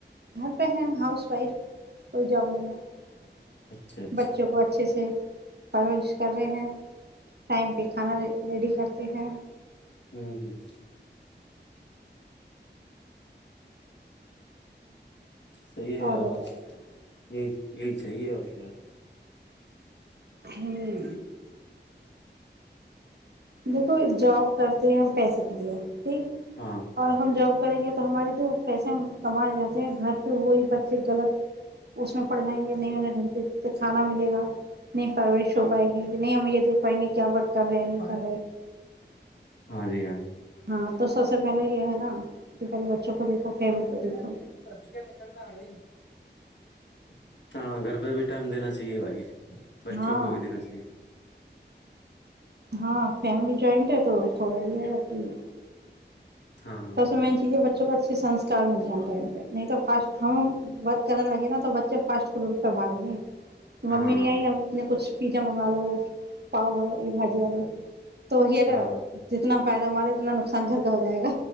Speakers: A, on the right; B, on the left.
A: گھر پہ ہیں ہاؤس وائف کوئی جاب نہیں ہے
B: اچھا اچھا
A: بچوں کو اچھے سے پرورش کر رہے ہیں ٹائم پہ کھانا ریڈی کرتے ہیں
B: ہوں ہوں صحیح ہے یار
A: اور بتائیے
B: بس یہی یہی چاہیے اور کیا
A: ہوں دیکھو جاب کرتے ہیں ہم پیسے کے لیے ج
B: ہاں
A: اور ہم جاؤ کریں گے تو ہمارے تو پیسے کمانے چاہے ہیں گھر پہ وہی بچے غلط اس میں پڑ جائیں گے نہیں انہیں ڈھلک سے کھانا ملے گا نہیں پرورش
B: ہاں
A: ہو پائے گی نہیں ہم یہ دیکھ پائیں گے کیا بات کر رہے ہیں نہیں
B: اور
A: کر رہے
B: ہاں جی ہاں جی <unintelligible>
A: ہاں تو سب سے پہلے یہ ہے نا کہ پہلے بچوں کو دیکھو فیملی
B: نکلنا
A: کو دیکھو
B: رہ <inaudible> ہاں گھر پہ بھی ٹائم دینا چچیے بھائی <inaudible> بچوں
A: ہاں
B: کو بھی دینا چاہیے
A: ہاں فیملی جوائنٹ ہے تو تھوڑا یہ ہے کہ <unintelligible>
B: ہاں
A: سس م میںین چاہیے بچوں کا اچھا اس سے سنسک مل جاؤں ٹائم پہ نہیں تو فاسٹ ہم ورک کرنے لگے نا تو بچے فاسٹ فوڈ پہ بھگیں گے
B: ہاں
A: ممی نہیں آئی ہے ات نے کچھ پی منگا لو <unintelligible> پاؤ یہ بھجی والے تو ہیا
B: ہاں
A: جتنا فائدہ ہمارا اتنا نقصان کان گھر کا ہو جائے گا